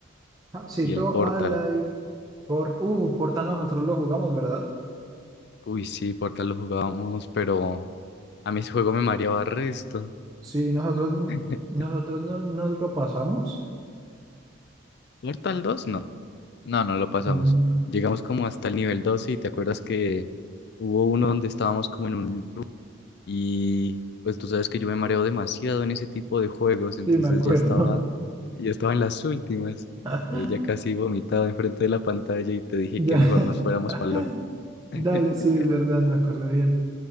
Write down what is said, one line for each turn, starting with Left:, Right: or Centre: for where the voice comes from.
Right: Ah, Sí,
Left: y
Right: todo
Left: el Portal.
Right: Half-Life, Port, uh, Portal nosotros lo jugamos, ¿verdad?
Left: Uy, sí, Portal lo jugábamos, pero a mí ese juego me mareaba resto.
Right: Sí, nosotros,
Left: <laughs>
Right: nosotros no, nos lo pasamos.
Left: Portal dos no. No, no lo pasamos.
Right: Mm,
Left: Llegamos como hasta el nivel 12 y te acuerdas que hubo uno donde estábamos como en un Y pues tú sabes que yo me mareo demasiado en ese tipo de juegos, entonces
Right: sí, me acuerdo.
Left: ya estaba, ya estaba en las últimas.
Right: <laughs>
Left: Ahí ya casi vomitado enfrente de la pantalla y te dije
Right: Ya.
Left: que mejor nos fuéramos
Right: <laughs>
Left: para LOL. <laughs>
Right: Dale, sí, es verdad, me acuerdo bien.